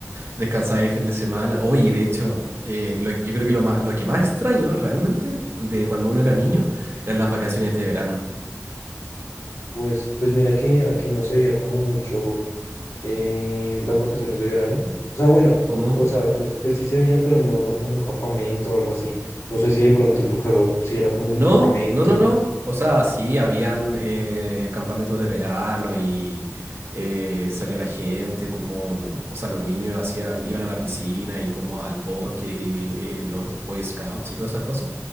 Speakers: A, on the right; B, on the left.
A: descansar el fin de semana. Oye, de hecho, eh, lo- yo creo que lo, ma- lo que más extraño realmente de cuando uno era niño eran las vacaciones de verano.
B: Pues, pues mira que aquí no se veía como mucho eh, las vacaciones de verano. O sea, bueno,
A: ¿Cómo?
B: o sea, pues, pues sí se veía, pero no, no como un campamento o algo así. No sé si de pronto en tu caso sí era como un
A: No,
B: campamento.
A: no, no, no. O sea, sí, habían eh, campamentos de verano y eh, salía la gente, como, mm, o sea, los niños hacían, iban a la piscina y como al bosque, y, eh, los Boy Scouts y todas esas cosas.